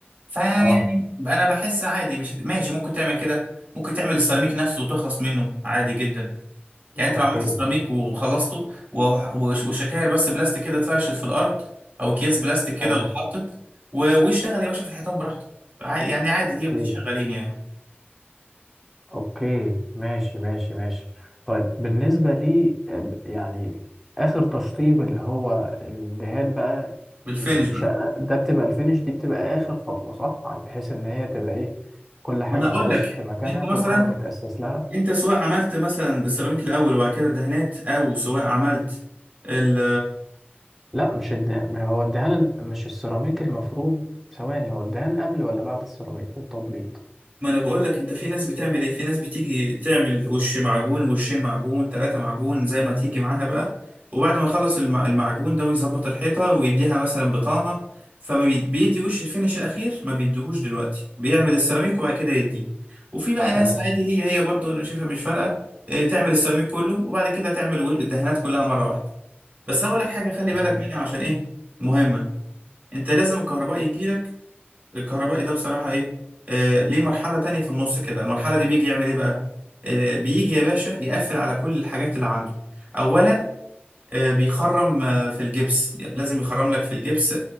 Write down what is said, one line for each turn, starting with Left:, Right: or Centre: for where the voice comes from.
Right: فيعني
Centre: اه
Right: انا بحس عادي مش ماشي ممكن تعمل كده ممكن تعمل السيراميك نفسه وتخلص منه عادي جدا يعني
Centre: اوكي
Right: انت لو عملت سيراميك وخلصته و- وش- وشكاير بس بلاستيك كده اتفرشت في الارض او اكياس بلاستيك كده
Centre: تمام
Right: واتحطت و- واشتغل يا باشا في الحيطان براحتك عا- يعني عادي
Centre: اوكي
Right: دي ودي شغالين يعني
Centre: اوكي ماشي ماشي ماشي طيب بالنسبة لي آه، يعني اخر تشطيب اللي هو الدهان بقى
Right: بالفينش
Centre: للشقة
Right: بقى
Centre: ده بتبقى الفينش دي بتبقى اخر خطوة صح يعني بحيث ان هي تبقى ايه كل حاجة
Right: انا اقول
Centre: خلاص
Right: لك
Centre: في مكانها
Right: انت مثلا
Centre: كل حاجة متأسس لها
Right: انت سواء عملت مثلا السيراميك الاول وبعد كده الدهانات او سواء عملت ال
Centre: لا مش الدهان ما هو الدهان مش السيراميك المفروض ثواني هو الدهان قبل ولا بعد السيراميك والتبليط
Right: ما انا بقول لك انت في ناس بتعمل ايه في ناس بتيجي تعمل وش معجون وشين معجون ثلاثة معجون زي ما تيجي معاها بقى وبعد ما يخلص الم- المعجون ده ويظبط الحيطة ويديها مثلا بطانة فما بي- بيدي وش الفينش الاخير ما بيديهوش دلوقتي بيعمل السيراميك وبعد كده يديه وفي بقى ناس
Centre: تمام
Right: عادي هي هي برضه انا شايفها مش فارقة اه، تعمل السيراميك كله وبعد كده تعمل و- الدهانات كلها مرة واحدة بس هقول لك حاجه خلي بالك
Centre: تمام
Right: منها عشان ايه مهمه انت لازم الكهرباء يجي لك الكهربائي ده بصراحه ايه آه ليه مرحله تانية في النص كده المرحله دي بيجي يعمل ايه بقى آه بيجي يا باشا يقفل على كل الحاجات اللي عنده اولا آه بيخرم آه في الجبس لازم يخرم لك في الجبس